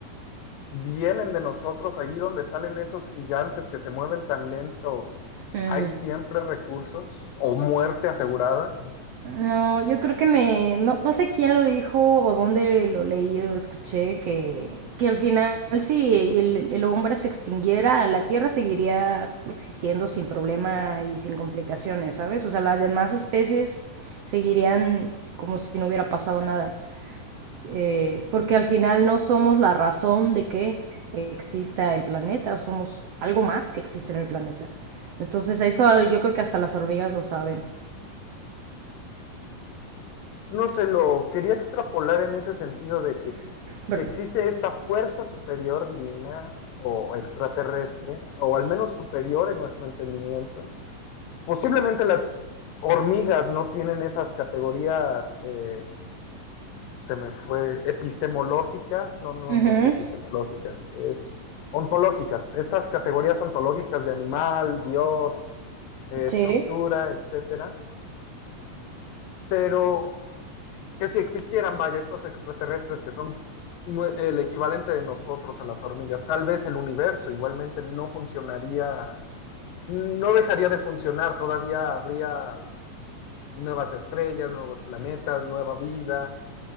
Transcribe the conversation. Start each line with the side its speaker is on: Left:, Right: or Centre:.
Left: vienen de nosotros, ahí donde salen esos gigantes que se mueven tan lento.
Right: Mm.
Left: ¿Hay siempre recursos o muerte asegurada?
Right: No, yo creo que me, no, no sé quién lo dijo o dónde lo leí o escuché, que, que al final si el, el hombre se extinguiera, la Tierra seguiría existiendo sin problema y sin complicaciones, ¿sabes? O sea, las demás especies seguirían como si no hubiera pasado nada. Eh, porque al final no somos la razón de que exista el planeta, somos algo más que existe en el planeta. Entonces eso al- yo creo que hasta las hormigas lo saben.
Left: No se lo quería extrapolar en ese sentido de que si
Right: Pero,
Left: existe esta fuerza superior divina o extraterrestre, o al menos superior en nuestro entendimiento, posiblemente las hormigas no tienen esas categorías, eh, se me fue, epistemológicas, no, no,
Right: ujú.
Left: no es epistemológicas, es ontológicas, estas categorías ontológicas de animal, Dios, eh, estructura,
Right: Sí,
Left: etcétera, pero que si existieran, vaya, estos extraterrestres que son el equivalente de nosotros a las hormigas, tal vez el universo igualmente no funcionaría, no dejaría de funcionar, todavía habría nuevas estrellas, nuevos planetas, nueva vida,